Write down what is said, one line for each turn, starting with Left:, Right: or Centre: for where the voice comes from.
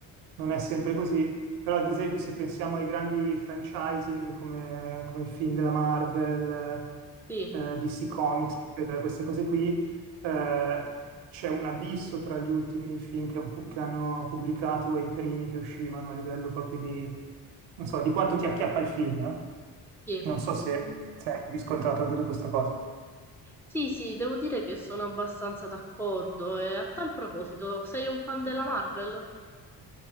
Right: non è sempre così, però ad esempio se pensiamo ai grandi franchising come, come i film della Marvel,
Centre: Sì,
Right: eh, DC Comics, eccetera, queste cose qui, eh, c'è un abisso tra gli ultimi film che, han pu- che hanno pubblicato e i primi che uscivano a livello proprio di, non so, di quanto ti acchiappa il film. eh?
Centre: sì,
Right: Non so se, se hai riscontrato anche tu questa cosa.
Centre: sì, sì, devo dire che sono abbastanza d'accordo. E a tal proposito, sei un fan della Marvel?